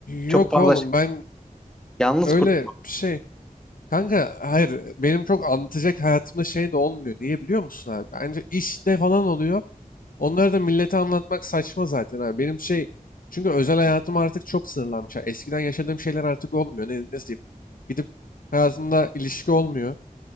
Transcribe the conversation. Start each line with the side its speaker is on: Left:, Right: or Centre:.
Centre: Çok
Left: yok
Centre: fazla
Left: oğlum
Centre: şey-
Left: ben
Centre: yalnız
Left: öyle
Centre: kurt.
Left: bir şey. Kanka hayır benim çok anlatacak hayatımda şey de olmuyor. Niye biliyor musun abi? Bence işte falan oluyor. Onları da millete anlatmak saçma zaten abi. Benim şey çünkü özel hayatım artık çok sınırlanmış. Yani eskiden yaşadığım şeyler artık olmuyor. Ne, nasıl diyeyim? Gidip hayatımda ilişki olmuyor.